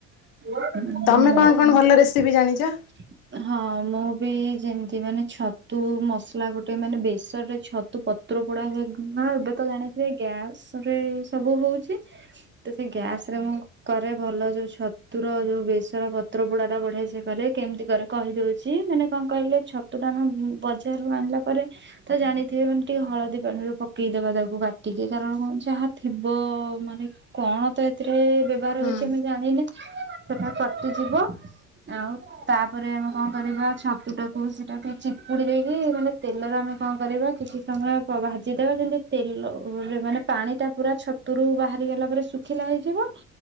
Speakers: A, on the right; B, on the left.
A: ହଁ।
B: ତମେ କଣ କଣ ଭଲ ରେସିପି ଜାଣିଛ?
A: <inaudible> ହଁ ମୁଁ ବି ଯେମିତି ମାନେ ଛତୁ ମସଲା ଗୋଟେ ମାନେ ବେସରରେ ଛତୁ ତ ପତ୍ର ପୁଡା ହୁଏ। ନା ଏବେ ତ ଜାଣିଥିବେ ଗ୍ୟାସ ରେ ସବୁ ହଉଛି ତ ସେ ଗ୍ୟାସ ରେ ମୁଁ କରେ ଭଲ ଯୋଉ ଛତୁର ଯୋଉ ବେସର ପତ୍ର ପୋଡାଟା ବଢିଏ ସେ କରେ। କେମିତି କରେ କହିଦଉଛି ମାନେ କଣ କହିଲେ ଛତୁ ଟା ଆମେ ବଜାରୁ ଆଣିଲା ପରେ ତା ଜାଣିଥିବେ ମାନେ ଟିକେ ହଳଦୀ ପାଣିରୁ ପକେଇଦବା ତାକୁ କାଟିକି କାରଣ କଣ ଯହା ଥିବ ମାନେ କଣ ତ ଏଥିରେ ବ୍ୟବହାର
B: ହୁଁ
A: ହଉଛି ଆମେ ଜାଣିନେ ସେଟା କଟିଯିବ ଆଉ ତାପରେ ଆମେ କଣ କରିବା ଛତୁ ଟାକୁ ସେଟା ଟିକେ ଚିପୁଡି ଦେଇକି ମାନେ ତେଲରେ ଆମେ କଣ କରିବା କିଛି ସମୟ ପ ଭାଜିଦବା ଯେମିତି ତେଲରେ ମାନେ ପାଣି ଟା ପୁରା ଛତୁରୁ ବାହାରି ଗଲା ପରେ ସୁ ଖିଲା ହେଇଯିବ